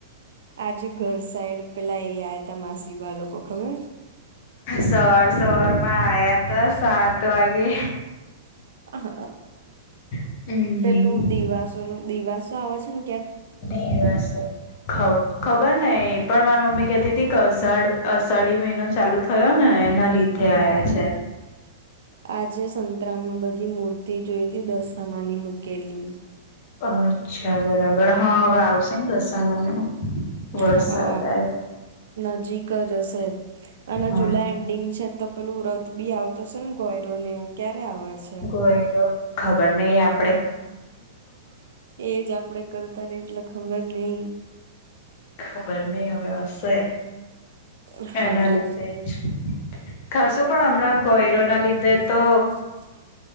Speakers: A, on the right; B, on the left.
A: આજે ઘર સાઈડ પેલા એયા ત માસીબ લોકો ખબર
B: સવાર સવાર માં આવયા હતા સાત વાગે.
A: હ
B: હમ
A: પેલું દિવાસો ન દિવાસો આવે છે ને ક
B: દિવસો ખપ ખબર ને એ પણ મારા મમ્મી કહેતી હતી કે અષાઢ અષાઢી મહિનો ચાલુ થયો ને એના લીધે
A: હા.
B: આયા છે એમ
A: આજે સંતરા માં બધી મૂર્તિ જોઈતી દસસામાની મુકેલી.
B: અચ્છા બરાબર હા હવે આવશે ને દસામા ન વરસાદ
A: હઅ
B: આવ્યો.
A: નજીક જ હશે અને
B: હા
A: જુલાઈ એન્ડિંગ છે. તો પેલું રથ બી આવતોશે ને ગોયરો ને એવું ક્યારે આવે? છે?
B: ગોયલો ખબર નહિ આપ
A: એજ આપડે કરતા ને એટલે ખબર નહિ.
B: ખબર નહી હવે હશે.
A: હા
B: એના લીધે જ ખાસું પણ હમણાં ગોયરો ના લીધે
A: ના
B: તો